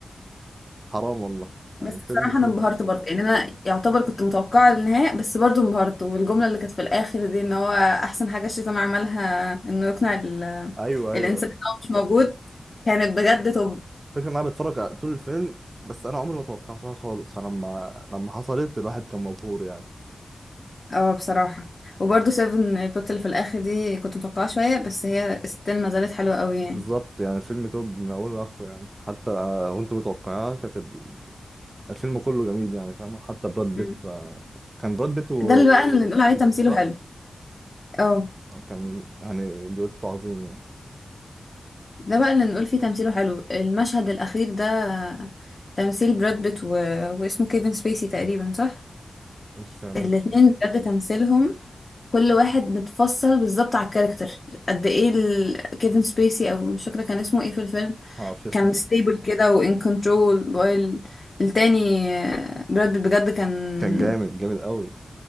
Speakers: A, on the right; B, on the left.
A: حرام والله يعني
B: بس
A: الفيلم
B: بصراحه
A: توب
B: انا انبهرت برضه يعني انا يعتبر كنت متوقعه النهايه بس برضه انبهرت والجمله اللي كانت في الاخر دي ان هو احسن حاجه الشيطان عملها انه يقنع ال-
A: ايوه ايوه
B: الانسان ان هو مش موجود كانت بجد توب
A: الفكره ان انا بتفرج على- طول الفيلم بس انا عمري ما توقعتها خالص فلما لما حصلت الواحد كان مبهور يعني
B: اه بصراحة وبرضه سيفن البت اللي في الآخر دي كنت متوقعة شوية بس هي ستيل ما زالت حلوة
A: بس
B: قوي يعني
A: بالظبط يعني الفيلم توب من اوله لاخره يعني حتى وانت متوقعها كانت ال- الفيلم كله جميل يعني فاهم حتى براد بيت
B: مم.
A: ف... كان براد بيت ومورجان
B: ده اللي بقى اللي نقول عليه تمثيله
A: صح
B: حلو اه
A: كان يعني دويتو عظيم يعني
B: ده بقى اللي نقول فيه تمثيله حلو المشهد الأخير ده تمثيل براد بيت و... واسمه كيفن سبيسي تقريبا صح
A: مش مش
B: الاتنين
A: مش
B: بجد تمثيلهم كل واحد متفصل بالظبط على الكاركتر قد ايه ال... كيفن سبيسي او مش فاكرة كان اسمه ايه في الفيلم
A: ما اعرفش اسمه
B: كان ستيبل كده وان كنترول وايل التاني آه، براد بيت بجد كان
A: كان جامد جامد قوي